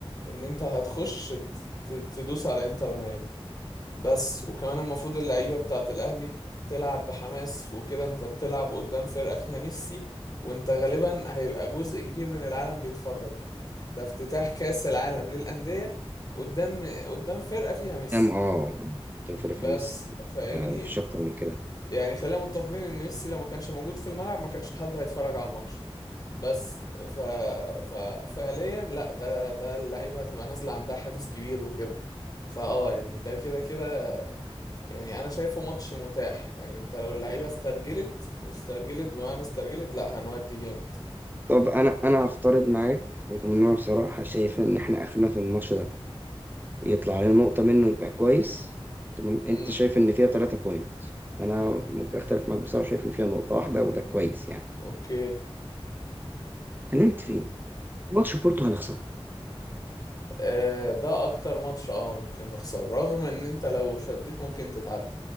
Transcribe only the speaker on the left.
ان انت هتخش ت- ت- تدوس على انتر ميامي بس وكمان المفروض اللعيبة بتاعت الأهلي تلعب بحماس وكده انت بتلعب قدام فرقة فيها ميسي وانت غالبا هيبقى جزء كبير من العالم بيتفرج ده افتتاح كأس العالم للأندية قدام قدام فرقة فيها ميسي
بس فاهمني
يعني خلينا متفقين ان ميسي لو ما كانش موجود في الملعب ما كانش حد هيتفرج على الماتش بس ف... ف... فعليا لا ده ده اللعيبة هتبقى نازلة عندها حافز كبير وكده فاه يعني ده كده كده يعني انا شايفه ماتش متاح يعني انت لو اللعيبه استرجلت واسترجلت بمعنى استرجلت لا هنودي جامد
مم.
امم
اوكي
آه ده اكتر ماتش اه ممكن نخسر رغم ان انت لو شديت ممكن تتعادل